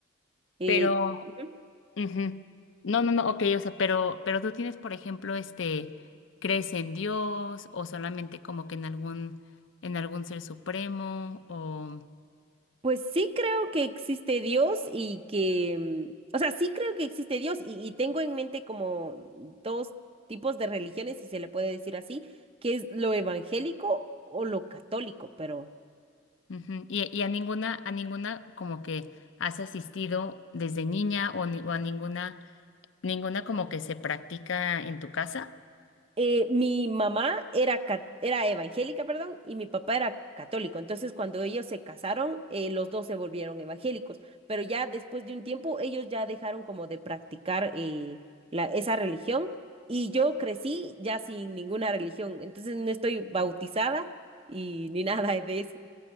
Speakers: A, on the right; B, on the left.
A: Eh,
B: Pero,
A: ujú.
B: ujú. No, no, no, ok, o sea, pero, pero tú tienes, por ejemplo, este, ¿crees en Dios o solamente como que en algún, en algún ser supremo o,
A: Pues sí creo que existe Dios y que, mm, o sea, sí creo que existe Dios y, y tengo en mente como dos tipos de religiones, si se le puede decir así, que es lo evangélico o lo católico, pero...
B: ujú, Y, y a ninguna, a ninguna como que has asistido desde niña o, ni- o a ninguna, ninguna como que se practica en tu casa?
A: eh, mi mamá era, ca- era evangélica, perdón, y mi papá era católico. Entonces, cuando ellos se casaron, eh, los dos se volvieron evangélicos. Pero ya después de un tiempo, ellos ya dejaron como de practicar eh, la, esa religión. Y yo crecí ya sin ninguna religión. Entonces, no estoy bautizada y ni nada de eso.